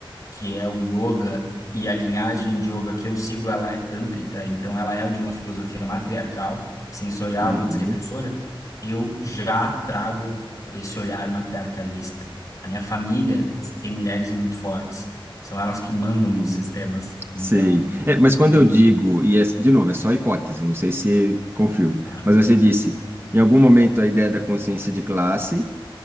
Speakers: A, on the left; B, on the right.
A: que é o yoga, e a linhagem de yoga que eu sigo, ela é tântrica, então ela é de uma filosofia matriarcal, sensorial
B: Uhum,
A: e desrepressora, eu já trago esse olhar matriarcalista. A minha família tem mulheres muito fortes, são elas que mandam
B: uhum,
A: nos sistemas, então
B: sei. É, mas
A: eu
B: quando
A: venho,
B: eu digo, e é, de novo, é só hipótese, não sei se confirmo,
A: claro.
B: mas você disse, em algum momento a ideia da consciência de classe